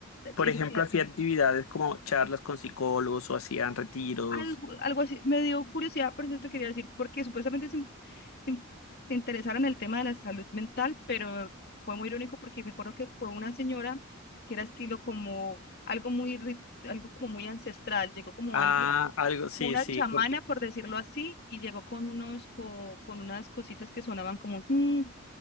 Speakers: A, on the left; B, on the left.
A: por
B: sí, eso
A: ejemplo,
B: te iba a decir.
A: hacía actividades como charlas con psicólogos o hacían retiros?
B: algo, algo así, me dio curiosidad, por eso te quería decir, porque supuestamente se, in- se, in- se interesaron en el tema de la salud mental, pero fue muy irónico porque me acuerdo que fue una señora que era estilo como algo muy, ri- algo como muy ancestral, llegó como
A: Ah,
B: alguien,
A: algo, sí,
B: como una
A: sí,
B: chamana,
A: porque,
B: por decirlo así, y llegó con unos, co- con unas cositas que sonaban como, "tin",